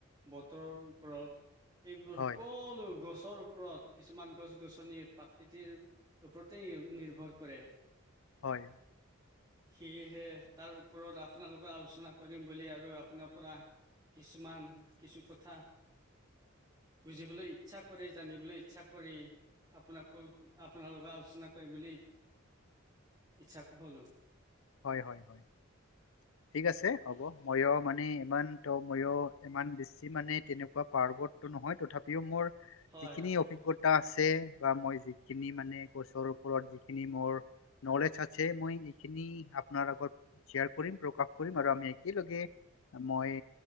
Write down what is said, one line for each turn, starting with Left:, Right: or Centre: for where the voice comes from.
Right: বতৰৰ ওপৰত এইবোৰ
Left: হয়,
Right: সকলো গছ গছৰ ওপৰত কিছুমান গছ গছনিৰ প্ৰাকৃতিৰ ওপৰতেই নিৰ্ভৰ কৰে।
Left: হয়,
Right: সেয়েহে তাৰ ওপৰত আপোনালোকৰ আলোচনা কৰিম বুলি আৰু আপোনাৰ পৰা কিছুমান কিছু কথা বুজিবলৈ ইচ্ছা কৰি জানিবলৈ ইচ্ছা কৰি আপোনাক আপোনালোকে আলোচনা কৰিম বুলি ইচ্ছা হল।
Left: হয় হয় হয় ঠিক আছে হ'ব। ময়ো মানে ইমান তো ময়ো ইমান বেছি মানে তেনেকুৱা পাৰ্বডটো নহয় তথাপিও মোৰ
Right: হয়
Left: যিখিনি
Right: হয়
Left: অভিজ্ঞতা
Right: হয়
Left: আছে বা মই যিখিনি মানে গছৰ ওপৰত যিখিনি মোৰ নলেজ আছে মই এইখিনি আপোনাৰ আগত শ্বেয়াৰ কৰিম প্ৰকাশ কৰিম আৰু আমি একেলগে মই